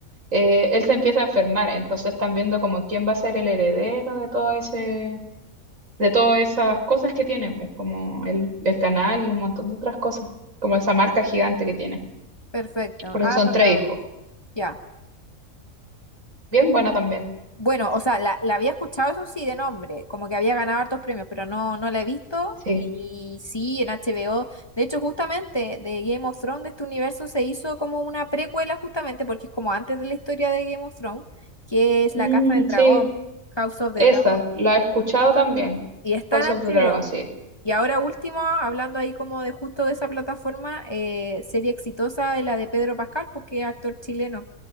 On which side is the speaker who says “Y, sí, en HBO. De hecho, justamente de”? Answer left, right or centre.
Left